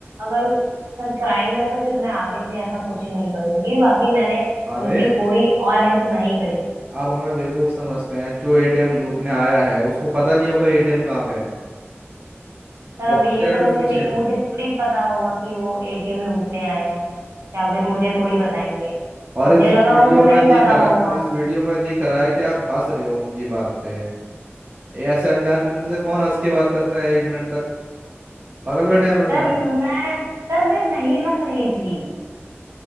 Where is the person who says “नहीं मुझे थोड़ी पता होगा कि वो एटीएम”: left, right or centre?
Right